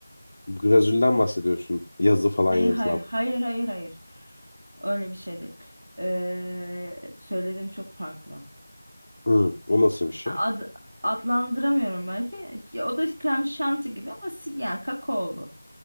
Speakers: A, on the left; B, on the right.
A: glazülden bahsediyorsun yazı falan
B: hayır
A: yazılan.
B: hayır hayır hayır hayır. Öyle bir şey değil. Ee, söylediğim çok farklı.
A: Hı, o nasıl bir şey?
B: Ad, adlandıramıyorum belki. Ya, O da krem şanti gibi ama si- yani kakaolu.